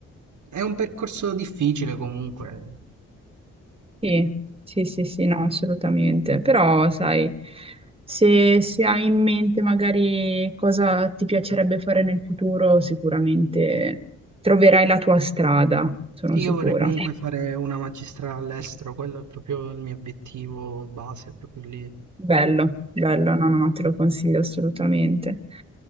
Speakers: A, on the right; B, on the right.
A: è un percorso difficile comunque.
B: Sì, sì, sì, sì, no, assolutamente. Però, sai, se, se hai in mente magari cosa ti piacerebbe fare nel futuro, sicuramente troverai la tua strada, sono
A: Sì,
B: sicura.
A: io vorrei comunque fare una magistrale all'estero, quello è proprio il mio obiettivo base, è proprio lì. È
B: Bello, bello, no, no, no, te lo consiglio assolutamente.